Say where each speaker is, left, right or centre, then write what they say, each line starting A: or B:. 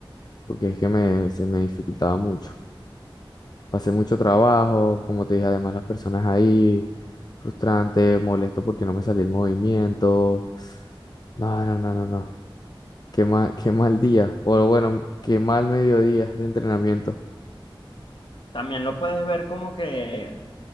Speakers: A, on the left; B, on the left.
A: porque es que me, se me dificultaba mucho. Pasé mucho trabajo, como te dije, además las personas ahí, frustrante, molesto porque no me salía el movimiento. No, no, no, no, no. Qué mal, qué mal día. O bueno, qué mal mediodía de entrenamiento.
B: También lo puedes ver como que